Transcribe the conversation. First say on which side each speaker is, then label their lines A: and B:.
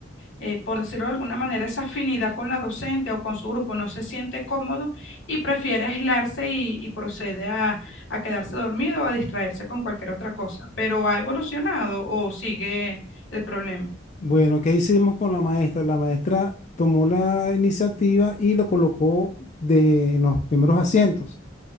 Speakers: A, on the left; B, on the left.
A: eh, por decirlo de alguna manera, esa afinidad con la docente o con su grupo, no se siente cómodo y prefiere aislarse y, y procede a, a quedarse dormido o a distraerse con cualquier otra cosa, pero ha evolucionado o sigue el problema.
B: Bueno, ¿qué hicimos con la maestra? La maestra tomó la iniciativa y lo colocó de, en los primeros asientos.